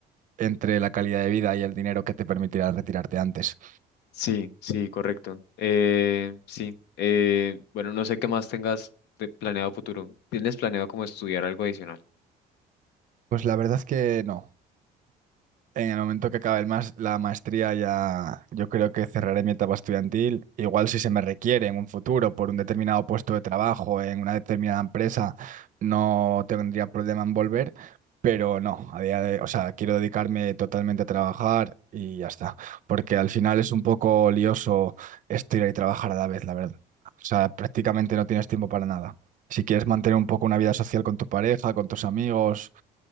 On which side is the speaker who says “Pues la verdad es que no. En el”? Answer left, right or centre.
Right